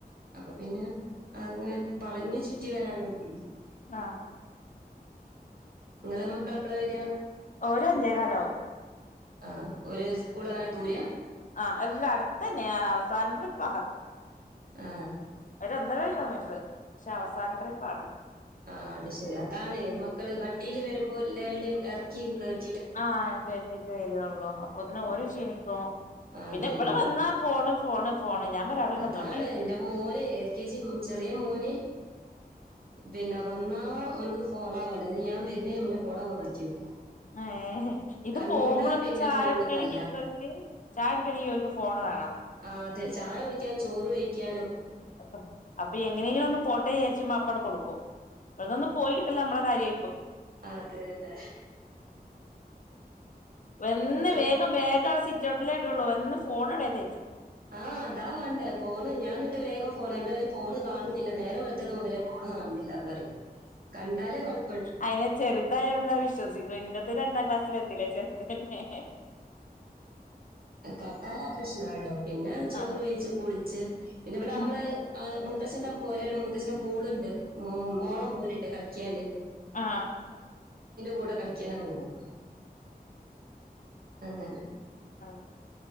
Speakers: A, on the right (about 65°); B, on the left (about 55°).
A: അപ്പൊപിന്നെ അങ്ങനെ വളഞ്ഞ് ചുറ്റി വരാനൊന്നുല്ല്യ
B: ആ
A: ഇങ്ങളെ മക്കളപ്പളാ വെരാ?
B: ഓര് അഞ്ചേക്കാലാവും
A: ആ ഓര് സ്കൂളെങ്ങനെ ദൂരയാ?
B: ആ എല്ലാ അട്ത്തന്നെയാ അവസാന ട്രിപ്പാ
A: ആ
B: ഒരു ഒന്നര കിലോമീറ്റർ പക്ഷെ അവസാന ട്രിപ്പാണ്.
A: ആ അത് ശെരി അതാണ് മക്കള് വണ്ടീല് വരുമ്പോ എല്ലാടെയും എറക്കീം കേറ്റീ
B: ആ കേറ്റീട്ട് വേരോള്ളൂ അപ്പൊത്തിന്
A: ആ
B: ഓര് ക്ഷീണിക്കും
A: ആ,
B: പിന്നെ
A: അത്
B: ഇവടെ
A: തന്നെ
B: വന്നാ ഫോ ന്നാ ഫോണ് ഞാൻ പറയും അവിടെന്നെ
A: അതാണ്
B: നിന്നോണ്ടി പറയും
A: ഇന്റെ മോന് എ ല് കെ ജിന്നും ചെറിയ മോന് പിന്നെ വന്നാ ഓൻക്ക് ഫോണാവാണ്ടത് ന്നിട്ട് ഞാവരുന്നേന് മുന്നേ ഫോണങ്ങട്ട് മാറ്റി വെക്കും.
B: ഏ ഹേ ഇത്
A: കണ്ടാ
B: പോകുമ്പളൊന്നും
A: പിന്നെ
B: ചായ
A: ഫോണിന്
B: കുടിക്കണെങ്കിങ്ങക്ക്
A: തല്ല
B: ചായ കുടിക്കണെങ്കിലോർക്ക് ഫോണ വാണം.
A: ആ അതെ ചായുടിക്കാനും ചോറ് വേഴിക്കാ
B: അപ്പാ അപ്പൊ എങ്ങനെങ്കിലോന്ന് പോട്ടേ വിചാരിച്ചുമ്പോ അപ്പാണ്ട് കൊടുക്കും ഇവ്ട്ന്നോന്ന് പോയി നമ്മള കാര്യ
A: ആ അതെന്നെ
B: വന്ന്
A: പി-
B: വേഗം ബേഗ് അവ്ടെ സിറ്റ്ഔട്ടിലേ ഇടൊള്ളൂ വന്ന് ഫോണോവ്ടെ തെര്യാ
A: ആഹ് അതാ വാണ്ടേ ഫോണ് ഞാന് ന്ന്ട്ട് വേഗം ഫോൺ അത് ഫോണ് കാണ്ന്നില്ല നേരം വെള്ത്തത് മുതലേ ഫോണ് കണ്ടിട്ടില്ലാന്നറിം കണ്ടാലെ കൊഴ
B: അയിന് ചെറ്തായോണ്ടത് വിശ്വസിക്ക്‌ണേ ഇന്റെത് രണ്ടാം ക്ലാസ്സിൽ എത്തീല്ലേ ചെറ്തന്നെ
A: കണ്ടാലെ പ്രശ്നൊള്ളു പിന്നെ ചോറ്
B: ആഹ്
A: വെയിച്ച് കുളിച്ച് പിന്നെ ഇവടെ നമ്മള്
B: ആഹ്
A: മുത്തശ്ശന്റെ പോരെയാണ് മുത്തച്ചന്റെ മോള്ണ്ട് മോളെ മോന്ണ്ട് കളി ക്ക്യാന്
B: ആ
A: കൂടെ കളിക്ക്യാനങ്ങ് പോവും അങ്ങനെ
B: ആഹ്